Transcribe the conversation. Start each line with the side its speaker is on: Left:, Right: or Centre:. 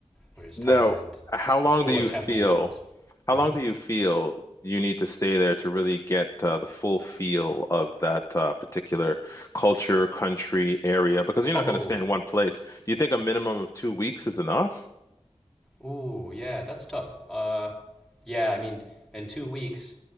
Centre: whereas
Left: Now,
Centre: Thailand
Left: how long
Centre: is full
Left: do you
Centre: of temples
Left: feel?
Centre: and things.
Left: How
Centre: hmm
Left: long do you feel you need to stay there to really get uh, the full feel of that uh, particular culture, country, area? Because you're
Centre: Oh,
Left: not going to stay in one place. Do you think a minimum of two weeks is enough?
Centre: ooh, yeah, that's tough. Uh, yeah, I mean, in two weeks,